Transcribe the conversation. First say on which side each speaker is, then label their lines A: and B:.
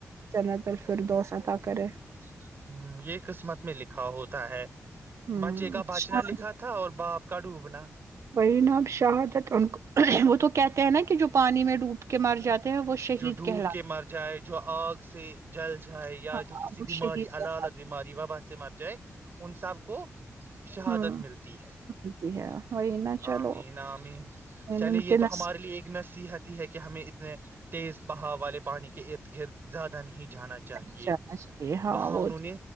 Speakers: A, on the right; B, on the right.
A: جنتل پھر دو سا تک <inaudible> <inaudible>
B: <inaudible> کا ہوتا ہے
A: ہمم
B: بچے کا بچنا
A: شہادت
B: لکھا تھا اور باپ کڑو بنا <inaudible>
A: وہی نا اب شہادت ان کو وہ تو کہتے ہیں نا کہ جو پانی میں ڈوب کے مار جاتے <inaudible> شہید
B: جو ڈوب
A: کہلاتے
B: کے مر جائے جو آگ سے جل <unintelligible> جائے یا
A: ہیں۔ ہاں
B: جو کسی
A: وہ
B: بیماری
A: شہید
B: اللالت
A: کہلاتے
B: بیماری وبا سے مر جائے ان سب کو شہادت
A: ہمم
B: ملتی ہے
A: ملتی ہے وہی نا چلو
B: آمین آمین
A: ان
B: چلے یہ
A: کے
B: تو
A: نصیب
B: ہمارے لیے ایک نصیحت ہی ہے کہ ہمیں ا اس میں تیز بہاؤ والے پانی کے ارد گرد زیادہ نہیں جانا چاہیے
A: میں نہیں جانا چاہیے ہاں
B: وہاں
A: وہ
B: انہوں نے